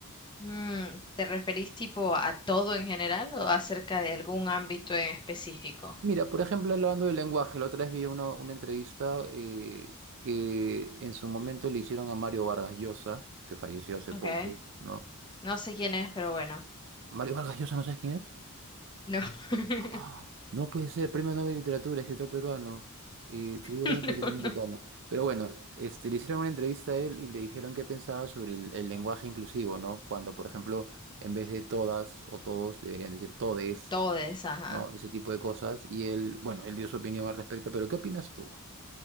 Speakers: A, on the left (about 20°); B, on the right (about 55°).
A: Mm, ¿te referís tipo a todo en general o acerca de algún ámbito en específico?
B: Mira, por ejemplo, hablando del lenguaje, la otra vez vi una, una entrevista eh, que en su momento le hicieron a Mario Vargas Llosa, que falleció hace
A: Ok,
B: poco, ¿no?
A: no sé quién es, pero bueno,
B: Mario Vargas Llosa, ¿no sabes quién es?
A: no. <laughs>
B: Ah, no puede ser, Premio Nobel de Literatura, escritor peruano y figura
A: No,
B: latinoamericana.
A: no.
B: Pero bueno, este, le hicieron una entrevista a él y le dijeron qué pensaba sobre el, el lenguaje inclusivo, ¿no? Cuando, por ejemplo, en vez de todas o todos, deberían decir todes,
A: Todes, ajá.
B: ¿no? Ese tipo de cosas. Y él, bueno, él dio su opinión al respecto, pero ¿qué opinas tú?